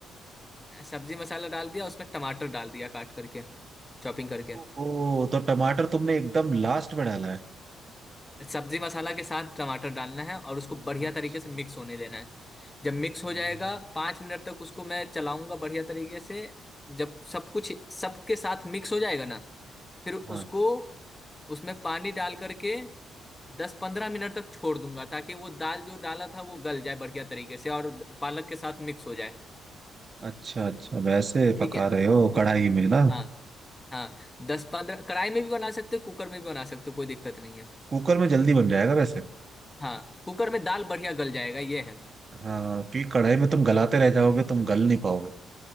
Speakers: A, on the left; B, on the right.
A: सब्जी मसाला डाल दिया उसमें टमाटर डाल दिया काट करके चॉपिंग करके
B: ओहो तो टमाटर तुमने एकदम लास्ट में डाला है
A: सब्जी मसाला के साथ टमाटर डालना है और उसको बढ़िया
B: अच्छा
A: तरीके से मिक्स होने देना है जब मिक्स
B: अम,
A: हो जाएगा पाँच मिनट तक उसको मैं चलाऊंगा बढ़िया तरीके से जब सब कुछ सबके साथ मिक्स हो जाएगा ना फिर उसको
B: हाँ
A: उसमें पानी डाल करके दस पंद्रह मिनट तक छोड़ दूंगा ताकि वो दाल जो डाला था वो गल जाए बढ़िया तरीके से और पालक के साथ मिक्स हो जाए
B: अच्छा अच्छा वैसे
A: ठीक
B: पका
A: है
B: रहे हो कढ़ाई में ना
A: हाँ हाँ दस पंद्रह कढ़ाई में भी बना सकते हो कुकर में भी बना सकते हो कोई दिक्कत नहीं है
B: कुकर में जल्दी बन जाएगा वैसे
A: हाँ कुकर में दाल बढ़िया गल जाएगा ये है
B: हाँ क्योंकि कढ़ाई में तुम गलाते
A: ठीक है
B: रह जाओगे तुम गल नहीं पाओगे